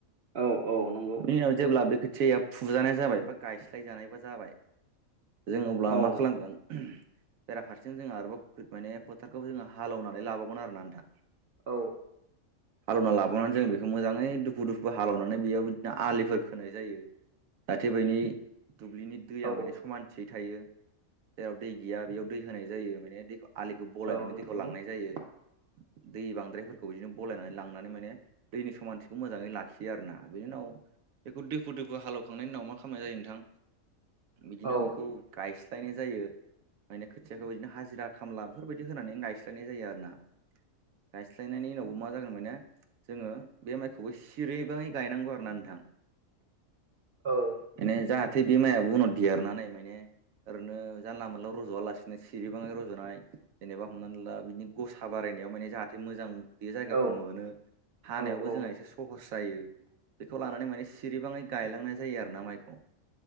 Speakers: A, on the right; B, on the right.
A: औ औ नंगौ
B: बिनि उनाव जेब्ला बे खौथियाआ फुजानाय जाबाय बा गायस्लायजानायबा जाबाय जों अब्ला
A: औ
B: मा खालामगोन बेरा फारसिजों जोंहा आरोबाव माने फोथारखौ जोङो हालेवनानै लाबावगोन आरोना नोंथां।
A: औ
B: हालेवना लाबोनानै जों बेखौ मोजाङै दुफु दुफु हालौवनानै बेयाव बिदिनो आलिफोर खोनाय जायो। जाहाथे बैनि दुब्लिनि दैया
A: औ
B: माने समानथियै थायो जेराव दै गैया बेयाव दै होनाय जायो। माने दै आलिखौ बलायनानै
A: औ नंगौ
B: दैखौ लांनाय जायो।
A: <inaudible>
B: दै बांद्रायफोरखौ बिदिनो बलायनानै लांनानै माने दैनि समानथिखौ मोजाङै लाखियो आरो ना। बिनि उनाव बेखौ दुफु दुफु हालेवखांनायनि उनाव मा खालामनाय जायो नोंथां? बिदिनो
A: औ
B: बेखौ गाय स्लायनाय जायो। माने खोथियाखौ बिदिनो हाजिरा खामला बेफोरबायदि होनानै गायस्लायनाय जायो आरो ना। गायस्लायनायनि उनावबो मा जागोन मा ने जोङो बे माइखौबो सिरिबाङै गायनांगौ आरोना नोंथां।
A: <inaudible> औ
B: माने जाहाथे बे माइआ उनाव देरनानै माने ओरैनो जानला मोनला रज'वालासिनो सिरिबाङै रज'नाय जेनेबा हमनानै ला बिदिनो गसा बाराय नाय माने जाहाथे मोजां बे जायगाखौ
A: औ
B: मोनो हानायावबो
A: औ
B: जोंहा एसे सहस जायो बेखौ लानानै माने सिरिबाङै गायलांनाय जायो आरोना माइखौ।